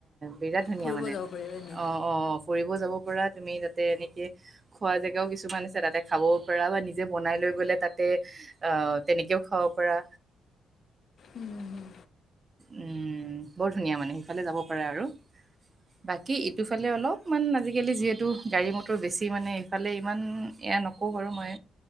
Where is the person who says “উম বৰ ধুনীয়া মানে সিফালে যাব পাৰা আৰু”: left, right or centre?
Right